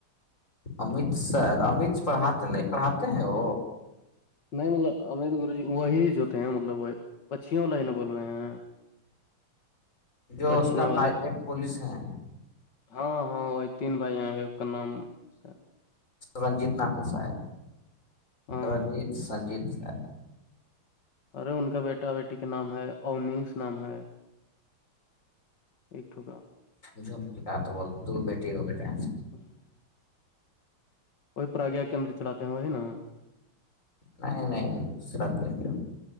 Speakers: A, on the left; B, on the left.
A: امت سر امت پڑھاتے نہیں پڑھاتے ہیں وہ
B: نہیں مطلب امت گرو جی وہی جو ہوتے ہیں مطلب وہ پچیوں لائن بول رہے ہیں
A: جو
B: پچیوں
A: اس کا
B: والے
A: بھائی ایک پوولس ہے
B: ہاں ہاں وہی تین بھائییا ہے کا نام س
A: رنجت نام ہے ساب
B: ہاں
A: رنجت سنجیتب
B: ارے ان کا بیٹا بیٹی کے نام ہے اونیس نام ہے ایک ٹھوکا
A: جمککا تو بول بیٹی ہو بیٹا
B: ہاں کوئی پرگا کیندر چلاتے ہیں وہی نا
A: نہیں نہیں نہیںرا